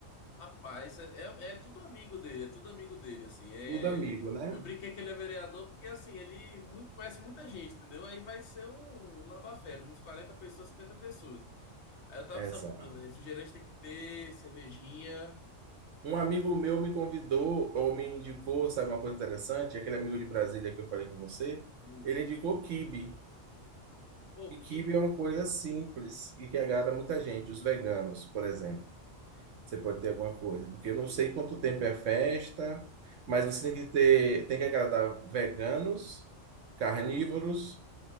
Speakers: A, on the left (about 65°); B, on the right (about 75°).
A: Rapaz, é, é- é tudo amigo dele, é tudo amigo dele, assim. É...
B: Tudo amigo, né?
A: Eu brinquei que ele é vereador porque, assim, ele mu- conhece muita gente, entendeu? Aí vai ser um labafé, uns 40 pessoas, 50 pessoas. Aí eu tava
B: Exato.
A: pensando, refrigerante tem que ter, cervejinha.
B: Um amigo meu me convidou, ou me indicou, sabe uma coisa interessante? Aquele amigo de Brasília que eu falei com você,
A: Hum.
B: ele indicou quibe.
A: Pô,
B: E
A: que
B: quibe é uma coisa simples e que agrada muita gente, os veganos, por exemplo. Você pode ter alguma coisa, porque eu não sei quanto tempo é festa, mas você tem que ter, tem que agradar veganos, carnívoros,